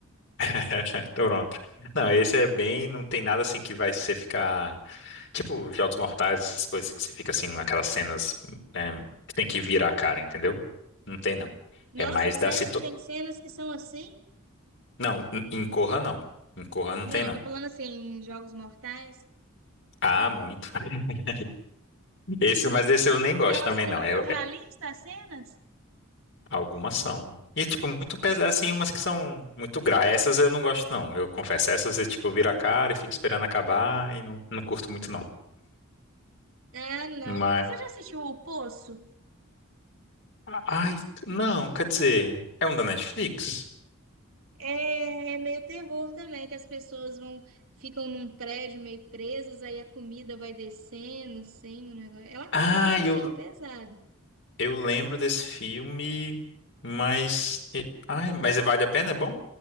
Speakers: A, on the left; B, on the right.
A: <laughs> Toronto. Não, esse é bem. Não tem nada assim que vai você ficar. Tipo, Jogos Mortais, essas coisas que você fica assim, naquelas cenas. é, que tem que virar a cara, entendeu? Não tem, não.
B: Nossa,
A: É mais
B: sério?
A: da situação.
B: Tem cenas que são assim?
A: Não, em em Corra não. Em Corra não
B: Não,
A: tem, não.
B: eu tô falando assim, em Jogos Mortais.
A: Ah, muito. <laughs> Esse, mas esse eu nem
B: Que
A: gosto
B: elas
A: também,
B: são
A: não.
B: muito
A: É,
B: realistas, as cenas?
A: Algumas são. E, tipo, muito
B: Cruzes.
A: pesadas, assim, umas que são muito gra. Essas eu não gosto, não. Eu confesso, essas eu, tipo, viro a cara e fico esperando acabar e não, não curto muito, não.
B: Ah, não.
A: Mas.
B: Você já assistiu O Poço?
A: Ai, não, quer dizer. É um da Netflix?
B: É, é meio terror também, que as pessoas vão, ficam num prédio meio presas, aí a comida vai descendo, assim, o negócio. É uma crítica
A: Ah,
B: social
A: eu,
B: pesada.
A: eu lembro desse filme, mas. e- Ai, mas é, vale a pena? É bom?